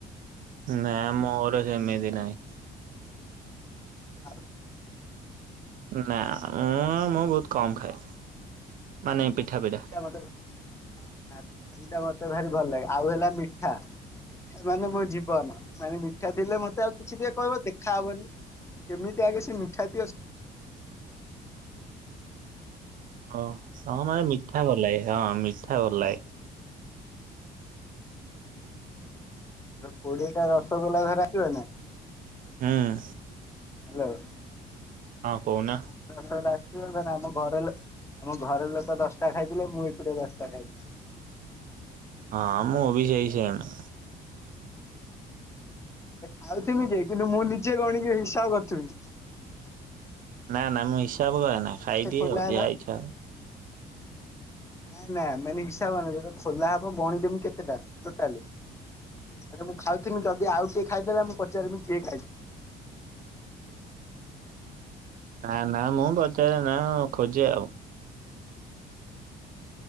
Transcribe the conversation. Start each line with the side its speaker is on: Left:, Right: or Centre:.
Right: ନା ମୋର ଯେମିତି ନାହିଁ।
Left: ଆଉ।
Right: ନା ମୁଁ- ମୁଁ ବହୁତ କମ ଖାଏ ମାନେ ପିଠା ପିଠା।
Left: ପିଠା ମତେ ଭାରି ଭଲପିଠା ମତେ ଲାଗେ ଆଉ ହେଲା ମିଠା <unintelligible> ମାନେ ମୋ ଜୀବନ ମାନେ ମିଠା ଲେ ମତେ ଆଉ କିଛି ଟେ କହିବ ଦେଖାହବନି। କେମିତି ଆଗେ ସେ ମିଠା ତି
Right: ଓ ହଁ ମାନେ ମିଠା ବୋଲାଏ ହଁ ମିଠା ବଲାଏ।
Left: କୋଡିଏ ଟା ରସଗୋଲା ଧରସିବ ନା।
Right: ହଁ।
Left: ହ୍ୟାଲୋ।
Right: ହଁ କହୁନା।
Left: ଟା ଆିବ ନଲେ ଆମ ଘର ଆମ ଘର ଲୋକ ଦଶଟା ଖାଇଥିଲେ ମୁଁ ଏକୁଟିଆ ଦଶଟା ଖାଇଥିଲି <unintelligible>
Right: ହଁ, ମୁଁ ବି ସେଇ ସେମ।
Left: ଖାଉଥିଲି ଯେ କିନ୍ତୁ ମୁଁ ନିଜେ ଗଣିକି ହିସାବ ରଖିଥିବି।
Right: ନା ନା ମୁଁ ହିସାବ କରେ ନା। ଖାଇଦିଏ
Left: ଆଚଛେ ଖୋଲା
Right: ଆଉ
Left: ହେଲା।
Right: ଯାହା ଇଚ୍ଛା <inaudible>
Left: ନାଇଁ ନାଇଁ ମାନେ ହିସ ହବାନ ଖୋଲା ହବ ଗଣିମି କେତେଟା ଟୋଟା <unintelligible> ଆରେ ମୁଁ ଖାଉଥଥିଲି ଯଦି ଆଉ କିଏ ଖାଇଦେ ମୁଁ ପଚାରିବି କିଏ ଖାଇଛିି।
Right: ନା ନା ମୁଁ ବଜାର ନା ଖୋଜେ ଆଉ।